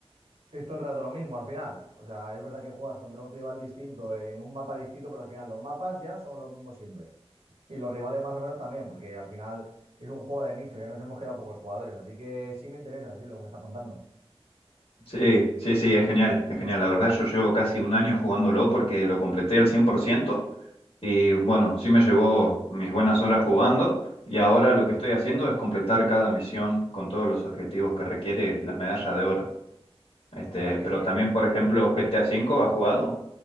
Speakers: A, on the right (about 75°); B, on the left (about 65°).
A: es todo el rato lo mismo al final. O sea, es verdad que juegas contra un rival distinto en un mapa distinto, pero al final los mapas ya son los mismos siempre. Y los rivales más o menos también, porque al final es un juego de nicho, ya nos hemos quedado pocos jugadores, así que sí me interesa, sí, lo que me estás contando.
B: Sí, sí, sí, es genial, es genial. La verdad, yo llevo casi un año jugándolo porque lo completé al 100% y bueno, sí me llevó mis buenas horas jugando y ahora lo que estoy haciendo es completar cada misión con todos los objetivos que requiere la medalla de oro. Este,
A: O sea que...
B: pero también, por ejemplo, GTA V, ¿has jugado?